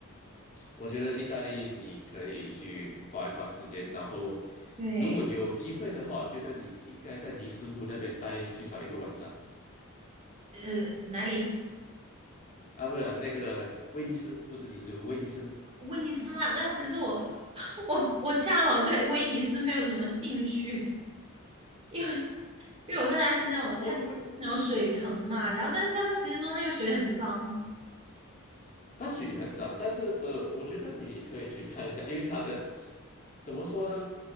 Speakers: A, on the left; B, on the right.
A: 我觉得意大利你可以去花一花时间，然后
B: 对，
A: 如果有机会的话，我觉得你应该在尼斯湖那边待最少一个晚上
B: 呃，哪里？
A: 啊，不是那个威尼斯，不是尼斯湖，威尼斯。
B: 威尼斯嘛，但是可是我 <laughs> 我我恰好对威尼斯没有什么兴趣，因为因为我看它是那种它那种水城嘛，
A: 哦，因为
B: 然后但是他们其实说那个水很脏。
A: 它嘴很脏，但是呃，我觉得你可以去看一下，因为它的怎么说呢？